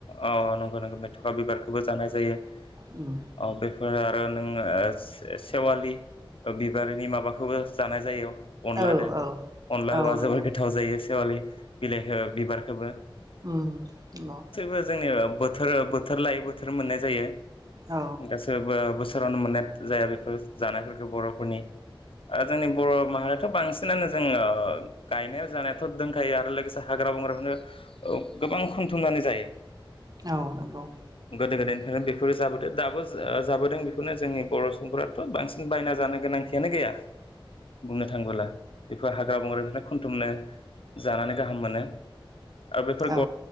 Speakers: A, on the left; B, on the right.
A: औ नंगौ नंगौ मेथ'खा बिबारखौबो जानाय जायो
B: उम
A: औ बेफोर ओ आरो नोङो ओ से-सेवालि ओ बिबारनि माबाखौबो जानाय जायो अनलादो
B: औ औ
A: अनला
B: औ
A: होबा
B: नंगौ
A: जोबोर गोथाव जायो सेेवालि बिलाइखौ ओ बिबारखोबो
B: ओम अह
A: जोंनि बोथोर बोथोर लायै बोथोर मोननाय जायो
B: औ
A: गासोबो बोस सोरावनो मोननाय जाया बेफोर जानायफोरखौ बर'फोरनि आरो जोंनि बर' माहारियाथ' बांसि सिनानो जोङो गायनायाव जानायाथ' दोंखायो आरो लोगोसे हाग्रा-बंग्राखौनो औ गोबां खनथुमनानै जायो। <inaudible>
B: औ नंगौ
A: गोदो गोदायनिफ्रायनो बेफोरो जाबोदो दाबो जा जाबोदों बेफोरनो जोंनि बर' सुबुंफोराथ' बांसिन बायना जानो गोनांथियानो गैया। बुंनो थांबोला बेफोर हाग्रा बंग्रानिफ्राय खन्थुमनो जानानै गाहाम मोनो आरो बेफोर
B: औ
A: ग